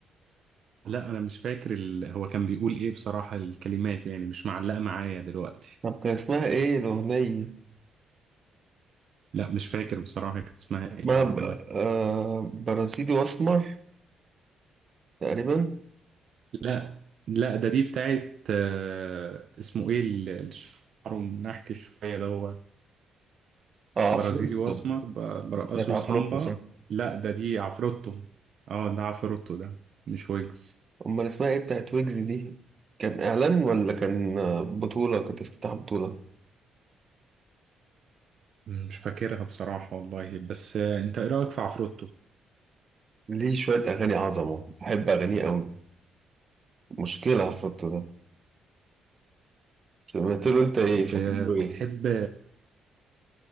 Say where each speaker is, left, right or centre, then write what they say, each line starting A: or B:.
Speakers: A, on the right (about 60°); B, on the right (about 40°).
A: لا انا مش فاكر ال... هو كان بيقول ايه بصراحة الكلمات يعني مش معلقة معايا دلوقتي
B: طب كان اسمها ايه الأغنية؟
A: لا مش فاكر بصراحة كانت اسمها ايه
B: اسمها
A: والله
B: ب... آه... برازيلي وأسمر تقريبا
A: لا لا ده دي بتاعت آه، اسمه ايه ال- الشعر منحكي شوية ده
B: اه
A: برازيلي
B: عفروتو
A: واسمر ب- برقصه
B: كانت عفروتو
A: سامبا
B: صح
A: لا ده دي عفروتو اه ده عفروتو ده مش ويجز
B: أمال اسمها ايه بتاعت ويجز دي؟ كان إعلان ولا كان آه، بطولة كانت افتتاح بطولة؟
A: مش فاكرها بصراحة والله بس آه، انت ايه رأيك في عفروتو
B: ليه شوية أغاني عظمة بحب أغانيه أوي مشكلة عفروتو ده سمعت له أنت إيه
A: ب-
B: فاكر له إيه
A: بتحب